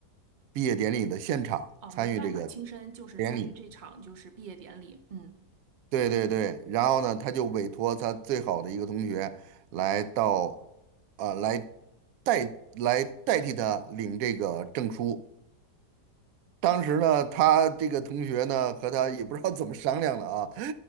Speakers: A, on the right (about 70°); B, on the right (about 50°).
A: 毕业典礼的现场参与这个
B: 哦，没办法，亲身就是参与这场就是毕业典礼，
A: 典礼。
B: 嗯，
A: 对对对，然后呢，他就委托他最好的一个同学来到，呃，来代来代替他领这个证书。当时呢，他这个同学呢和他也不知道怎么商量了啊，